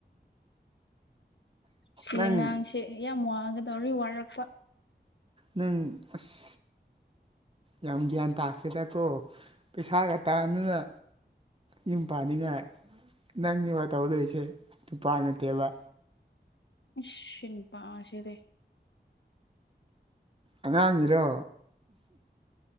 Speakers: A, on the left; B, on the right.
A: ꯁꯤ
B: ꯅꯪ
A: ꯑꯉꯥꯡꯁꯤ ꯌꯥꯝ ꯋꯥꯒꯗꯧꯔꯤ ꯋꯥꯔꯛꯄ
B: ꯅꯪ ꯑꯁ ꯌꯥꯝ ꯒ꯭ꯌꯥꯟ ꯇꯥꯈ꯭ꯔꯦꯗꯀꯣ ꯄꯩꯁꯥꯒ ꯇꯥꯟꯗꯅ ꯌꯨꯝ ꯄꯥꯟꯅꯤꯉꯥꯢ ꯅꯪꯅꯦꯕ ꯇꯧꯗꯣꯏꯁꯦ ꯅꯨꯄꯥ ꯅꯠꯇꯦꯕ
A: ꯑꯁ ꯁꯤ ꯅꯨꯄꯥꯁꯤꯗꯤ
B: ꯑꯉꯥꯡꯒꯤꯔꯣ